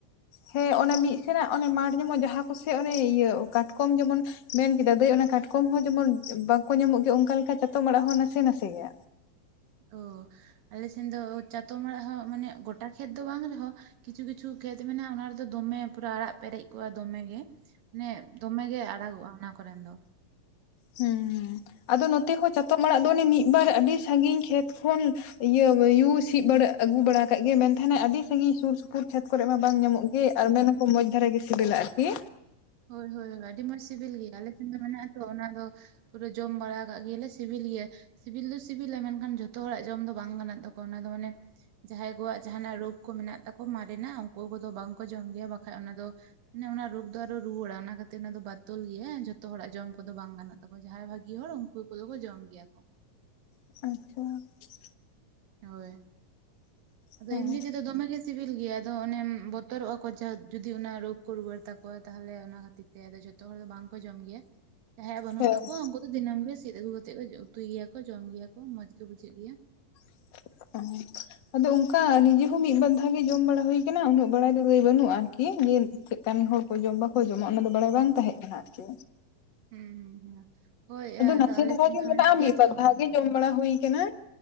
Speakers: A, on the left; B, on the right.
A: ᱦᱮᱸ ᱚᱱᱮ ᱢᱤᱫ ᱥᱮᱱᱟᱜ ᱚᱱᱮ ᱢᱟᱴᱷ ᱧᱟᱢᱚᱜ ᱡᱟᱦᱟᱸ ᱠᱚ ᱥᱮᱜ ᱚᱱᱮ ᱤᱭᱟᱹ ᱠᱟᱴᱠᱚᱢ ᱡᱮᱢᱚᱱ ᱢᱮᱱᱠᱮᱫᱟ ᱫᱟᱹᱭ ᱚᱱᱟ ᱠᱟᱴᱠᱚᱢ ᱦᱚᱸ ᱡᱮᱢᱚᱱ ᱵᱟᱠᱚ ᱧᱟᱢᱚᱜ ᱜᱮᱭᱟ ᱚᱱᱠᱟ ᱞᱮᱠᱟ ᱪᱟᱛᱚᱢ ᱟᱲᱟᱜ ᱦᱚᱸ ᱱᱟᱥᱮ ᱱᱟᱥᱮᱭᱟ
B: ᱳ ᱟᱞᱮᱥᱮᱱ ᱫᱚ ᱪᱟᱛᱚᱢ ᱟᱲᱟᱜ ᱦᱚᱸ ᱢᱟᱱᱮ ᱜᱚᱴᱟ ᱠᱷᱮᱛ ᱫᱚ ᱵᱟᱝ ᱨᱮᱦᱚᱸ ᱠᱤᱪᱷᱩ ᱠᱤᱪᱷᱩ ᱠᱷᱮᱛ ᱢᱮᱱᱟᱜᱼᱟ, ᱚᱱᱟ ᱨᱮᱫᱚ ᱫᱚᱢᱮ ᱯᱩᱨᱟᱹ ᱟᱲᱟᱜ ᱯᱮᱨᱮᱡ ᱠᱚᱜ-ᱟ ᱫᱚᱢᱮ ᱜᱮ ᱢᱟᱱᱮ ᱫᱚᱢᱮ ᱜᱮ ᱟᱲᱟᱜᱚᱜᱼᱟ ᱚᱱᱟ ᱠᱚᱨᱮᱱ ᱫᱚ
A: ᱦᱩ ᱟᱫᱚ ᱱᱚᱛᱮ ᱦᱚᱸ ᱪᱟᱛᱚᱢ ᱚᱲᱟᱜ ᱫᱚ ᱚᱱᱮ ᱢᱤᱫᱵᱟᱨ ᱟᱰᱤ ᱥᱟᱹᱜᱤᱧ ᱠᱷᱮᱛ ᱠᱷᱚᱱ ᱤᱭᱟᱹ ᱭᱩ ᱥᱤᱫ <unintelligible> ᱟᱹᱜᱩ ᱵᱟᱲᱟ ᱟᱠᱟᱜ ᱜᱮᱭᱟ ᱢᱮᱱ ᱛᱟᱦᱮᱱᱟᱭ ᱟᱹᱰᱤ ᱥᱟᱺᱜᱤᱧ ᱥᱩᱨ ᱥᱩᱯᱩᱨ <unintelligible> ᱠᱚᱨᱮ ᱢᱟ ᱵᱟᱝ ᱧᱟᱢᱚᱜ ᱜᱮ ᱟᱨ ᱢᱮᱱᱟᱠᱚ ᱢᱚᱸᱡᱽ ᱫᱷᱟᱨᱟ ᱜᱮ ᱥᱮᱵᱮᱞᱟ ᱟᱨᱠᱤ
B: ᱦᱳᱭ ᱦᱳᱭ ᱦᱳᱭ ᱟᱹᱰᱤ ᱢᱚᱸᱡᱽ ᱥᱤᱵᱤᱞ ᱜᱮᱭᱟ ᱟᱞᱮ ᱴᱷᱮᱱ ᱫᱚ ᱢᱮᱱᱟᱜ ᱟᱛᱚ ᱚᱱᱟ ᱫᱚ ᱯᱩᱨᱟᱹ ᱡᱚᱢ ᱵᱟᱲᱟ ᱠᱟᱜ ᱜᱮᱭᱟᱞᱮ ᱥᱤᱵᱤᱞ ᱜᱮᱭᱟ ᱥᱤᱵᱤᱞ ᱫᱚ ᱥᱤᱵᱤᱞᱟ ᱢᱮᱱᱠᱷᱟᱱ ᱡᱷᱚᱛᱚ ᱦᱚᱲᱟᱜ ᱡᱚᱢ ᱫᱚ ᱵᱟᱝ ᱜᱟᱱᱚᱜ ᱛᱟᱠᱚᱣᱟ ᱚᱱᱟ ᱫᱚ ᱢᱟᱱᱮ ᱡᱟᱦᱟᱸᱭ ᱠᱚᱣᱟᱜ ᱡᱟᱦᱟᱸᱱᱟᱜ ᱨᱳᱜᱽ ᱠᱚ ᱢᱮᱱᱟᱜ ᱛᱟᱠᱚ ᱢᱟᱨᱮᱱᱟᱜ ᱩᱱᱠᱩ ᱠᱚᱫᱚ ᱵᱟᱝᱠᱚ ᱡᱚᱢ ᱜᱮᱭᱟ ᱵᱟᱠᱷᱟᱡ ᱚᱱᱟ ᱫᱚ ᱢᱟᱱᱮ ᱚᱱᱟ ᱨᱳᱜ ᱫᱚ ᱟᱨ ᱨᱚ ᱨᱩᱣᱟᱹᱲᱟ ᱚᱱᱟ ᱠᱷᱟᱛᱤᱨ ᱚᱱᱟ ᱫᱚ ᱵᱟᱛᱚᱞ ᱜᱮᱭᱟ ᱦᱮᱸ ᱡᱷᱚᱛᱚ ᱦᱚᱲᱟᱜ ᱡᱚᱢ ᱠᱚᱫᱚ ᱵᱟᱝ ᱜᱟᱱᱚᱜ ᱛᱟᱠᱚᱣᱟ ᱡᱟᱦᱟᱸᱭ ᱵᱷᱟᱜᱤ ᱦᱚᱲ ᱠᱩ ᱠᱚᱫᱚ ᱠᱚ ᱡᱚᱢ ᱜᱮᱭᱟ ᱠᱚ
A: <unintelligible>
B: ᱦᱳᱭ, ᱟᱫᱚ
A: ᱦᱮᱸ
B: ᱮᱢᱱᱤ ᱛᱮᱫᱚ ᱫᱚᱢᱮ ᱜᱮ ᱪᱤᱵᱤᱞ ᱜᱮᱭᱟ ᱟᱫᱚ ᱚᱱᱮ ᱵᱚᱛᱚᱨᱚᱜ-ᱟ ᱠᱚ <inaudible> ᱡᱩᱫᱤ ᱚᱱᱟ ᱨᱳᱜᱽ ᱠᱚ ᱨᱩᱣᱟᱹᱲ ᱛᱟᱠᱚᱣᱟ ᱛᱟᱦᱞᱮ ᱚᱱᱟ ᱠᱷᱟᱹᱛᱤᱨ ᱛᱮ ᱟᱫᱚ ᱡᱷᱚᱛ ᱛᱚ ᱦᱚᱲ ᱫᱚ ᱵᱟᱝ ᱠᱚ ᱡᱚᱢ ᱜᱮᱭᱟ ᱡᱟᱦᱟᱸᱭᱟᱜ ᱵᱟᱹᱱᱩᱜ
A: ᱦᱮᱸ
B: ᱛᱟᱠᱚᱣᱟ, ᱩᱱᱠᱩ ᱫᱚ ᱫᱤᱱᱟᱹᱢ ᱜᱮ ᱥᱤᱫ ᱟᱹᱜᱩ ᱠᱟᱛᱮᱫ ᱠᱚ ᱩᱛᱩᱭ ᱜᱮᱭᱟ ᱠᱚ ᱡᱚᱢ ᱜᱮᱭᱟ ᱠᱚ ᱢᱚᱸᱡᱽ ᱜᱮ ᱵᱩᱡᱷᱟᱹᱜ ᱜᱮᱭᱟ
A: <unintelligible> ᱟᱫᱚ ᱚᱱᱠᱟ ᱱᱤᱡᱮ ᱦᱚᱸ ᱢᱤᱫ ᱵᱟᱨᱫᱷᱟᱣ ᱜᱮ ᱡᱚᱢ ᱵᱟᱲᱟ ᱦᱩᱭ ᱠᱟᱱᱟ ᱩᱱᱟᱹᱜ ᱵᱟᱲᱟᱭ ᱫᱚ ᱫᱟᱹᱭ ᱵᱟᱹᱱᱩᱜ-ᱟ ᱟᱨᱠᱤ ᱡᱮ <unintelligible> ᱦᱚᱲ ᱠᱚ ᱡᱚᱢ ᱵᱟᱠᱚ ᱡᱚᱢᱟ ᱚᱱᱟ ᱫᱚ ᱵᱟᱲᱟᱭ ᱵᱟᱝ ᱛᱟᱦᱮᱸ ᱠᱟᱱᱟ ᱟᱨᱠᱤ
B: ᱦᱩᱸ ᱦᱩᱸ ᱦᱩᱸ, ᱦᱳᱭ ᱟᱫᱚ
A: ᱱᱟᱥᱮ
B: ᱟᱞᱮ
A: ᱫᱷᱟᱨᱟ
B: ᱥᱮᱫ
A: ᱜᱮ
B: ᱫᱚ
A: ᱢᱮᱱᱟᱜᱼᱟ
B: ᱢᱮᱱᱟᱜ ᱜᱮᱭᱟ
A: ᱢᱤᱫ
B: ᱛᱚ
A: ᱵᱟᱨ
B: <unintelligible>
A: ᱫᱷᱟᱣ ᱜᱮ ᱡᱚᱢ ᱵᱟᱲᱟ ᱦᱩᱭ ᱠᱟᱱᱟ